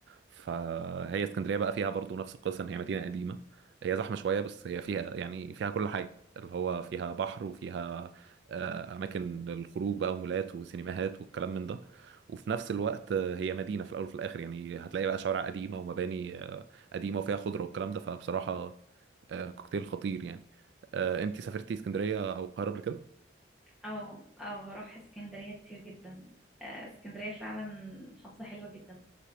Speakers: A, on the right (about 65°); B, in the centre.
A: فهي اسكندرية بقى فيها برضو نفس القصة إن هي مدينة قديمة هي زحمة شوية بس هي فيها يعني فيها كل حاجة اللي هو فيها بحر وفيها آه أماكن للخروج بقى ومولات وسينماهات والكلام من ده وفي نفس الوقت آه، هي مدينة في الأول وفي الآخر يعني هتلاقي بقى شوارع قديمة ومباني آه قديمة وفيها خضرة والكلام ده فبصراحة آه كوكتيل خطير يعني آه أنت سافرتي اسكندرية أو القاهرة قبل كده؟
B: او او بروح اسكندرية كتير جدا آه، اسكندرية فعلا محافظة حلوة جدا